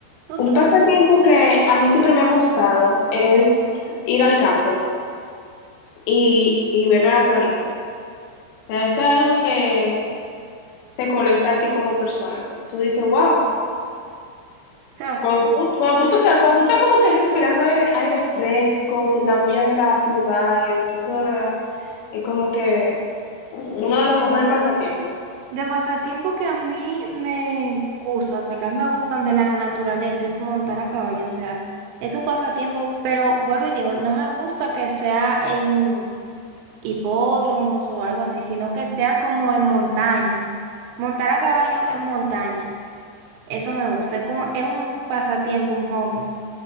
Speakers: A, on the right; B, on the left.
A: tú sabes.
B: Un pasatiempo
A: O
B: que a mí siempre me ha gustado es ir al campo y, y ver la naturaleza. O sea, eso es algo que te conecta a ti como persona. Tú dices, wow,
A: sea,
B: cuando tú, cuando tú, te, sa- cuando tú estás como que respirando aire, aire fresco, sin la bulla de la ciudad y eso, eso de verdad es como que uno de los mejores pasatiempos.
A: de pasatiempo que a mí me gusta, o sea, que a mí me gustan de la naturaleza, es montar a caballo, o sea, es un pasatiempo, pero vuelvo y digo, no me gusta que sea en hipódromos o algo así, sino que sea como en montañas. Montar a caballo en montañas, eso me gusta, es como, es un pasatiempo, un hobby.